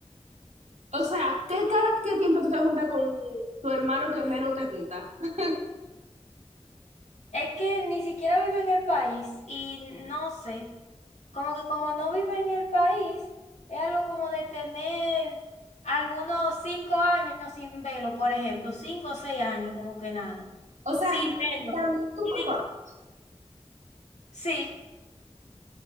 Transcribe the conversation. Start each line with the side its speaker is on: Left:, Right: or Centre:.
Right: O sea, ¿qué cada qué tiempo tú te juntas con tu hermano que menos te juntas? <laughs>
Left: Es que ni siquiera vive en el país y no sé, como que como no vive en el país, es algo como de tener algunos cinco años sin verlo, por ejemplo, cinco o seis años, como que nada,
Right: O sea,
Left: sin
Right: y
Left: verlo.
Right: también tu
Left: Y
Right: papá.
Left: di- sí.